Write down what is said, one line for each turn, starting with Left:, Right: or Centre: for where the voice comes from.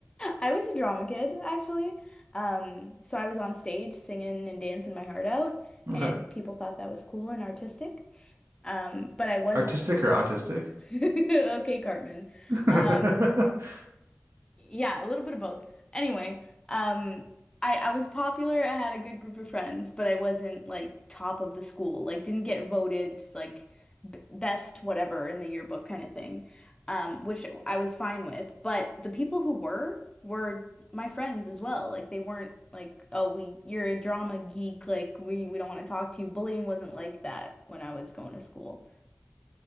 Left: I was a drama kid actually. Um, so I was on stage singing and dancing my heart out,
Right: Okay.
Left: and people thought that was cool and artistic. Um, but I wasn't
Right: Artistic or autistic?
Left: <laughs> Okay, Cartman.
Right: <laughs>
Left: Um, yeah, a little bit of both. Anyway, um, I I was popular. I had a good group of friends, but I wasn't like top of the school. Like, didn't get voted like b best whatever in the yearbook kind of thing, um, which I was fine with. But the people who were were my friends as well. Like, they weren't like, oh, we you're a drama geek. Like, we we don't want to talk to you. Bullying wasn't like that when I was going to school.